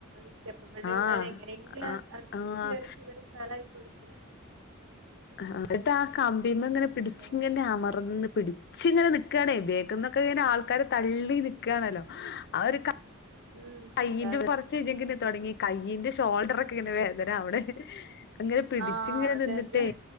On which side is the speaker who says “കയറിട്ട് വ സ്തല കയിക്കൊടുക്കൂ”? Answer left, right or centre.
Right